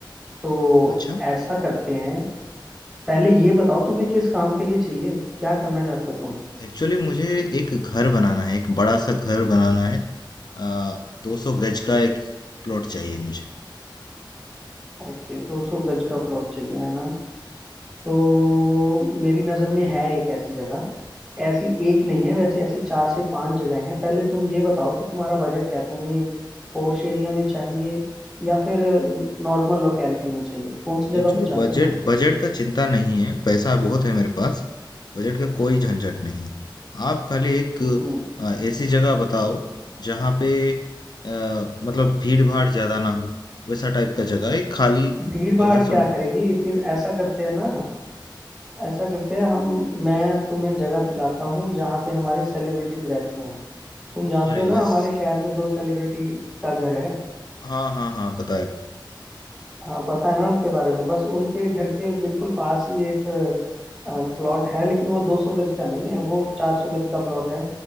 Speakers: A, in the centre; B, on the left (about 55°).
A: तो
B: अच्छा
A: ऐसा करते हैं पहले ये बताओ तुम्हें किस काम के लिए चाहिए क्या करना चाहते हो तुम
B: एक्चुअली मुझे एक घर बनाना है एक बड़ा सा घर बनाना है आ, 200 गज का एक प्लॉट चाहिए मुझे
A: ओके दो सौ गज का प्लॉट चाहिए है ना तो मेरी नज़र में है एक ऐसी जगह ऐसी एक नहीं है वैसे ऐसी चार से पांच जगह हैं पहले तुम ये बताओ कि तुम्हारा बजट क्या है तुम्हें पोर्श एरिया में चाहिए या फिर नॉर्मल लोकेलिटी में चाहिए कौन सी
B: एक्चुअली
A: जगह पे चाहते
B: बजट
A: हो तुम
B: बजट का चिंता नहीं है पैसा बहुत है मेरे पास बजट का कोई झंझट नहीं है आप खाली एक
A: हम्म
B: अ, ऐसी जगह बताओ जहाँ पे अ, मतलब भीड़ भाड़ ज्यादा ना हो वैसा टाइप का जगह एक खाली
A: भीड़ भाड़
B: जगह
A: क्या
B: सुन
A: करेगी फिर ऐसा करते हैं ना ऐसा करते हैं हम मैं तुम्हें जगह दिलाता हूँ जहाँ पे हमारे सेलिब्रिटीज रहते हैं तुम जानते
B: अरे
A: हो ना
B: वैस
A: हमारे शहर में दो सेलिब्रिटी का घर है
B: हाँ हाँ हाँ बताया
A: हाँ पता है ना उनके बारे में बस उनके घर के बिल्कुल पास ही एक प्लॉट है लेकिन वो 200 गज का नहीं है वो 400 गज का प्लॉट है